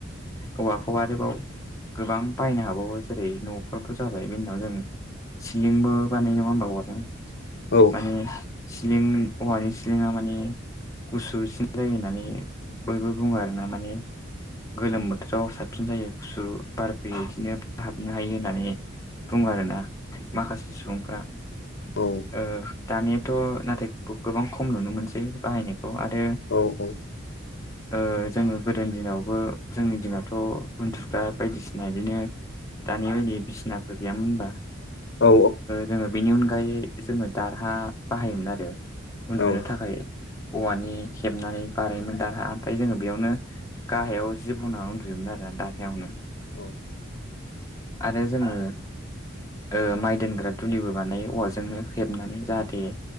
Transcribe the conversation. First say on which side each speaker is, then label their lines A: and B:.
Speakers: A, on the left (about 15°); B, on the left (about 55°).
A: औवाखौ आरोबाव गोबां बाहायनो हाबावो जेरै न'थ' जाबाय। बिनि उनाव जों सिलिंबो बानायो नङा होमबावो जों
B: औ
A: माने सिलिं औवानि सिलिंआ मानि गुसुसिन जायो होननानै बयबो बुङो आरो ना माने गोलोम बोथोराव साबसिन जायो गुसु बार फैयो बिदिनो हाबनो हायो होननानै। बुङो आरोना माखासे सुबुंफ्रा।
B: औ
A: ओ दानियाथ' नाथाय गोबां खम नुनो मोनसै बाहायनायखौ आरो
B: औ औ।
A: ओ जोङो गोदोनि दिनावबो जोंनि दिनावथ' उन्दुग्रा बायदिसिना बिदिनो दानि बायदि बिसिनाफोर गैयामोन होनबा
B: औ
A: जोङो बेनि अनगायै जोङो दारहा बाहायोमोन आरो।
B: औ
A: उन्दुनो थाखाय औवानि हेबनानै बानायोमोन दारहा। ओमफ्राय जोङो बेयावनो गाहायाव जि ब'ना उन्दुयोमोन आरो दाहायावनो
B: औ
A: आरो जोङो ओ माइ दोनग्रा दुलिबो बानायो औवाजोंनो हेबनानै जाहाथे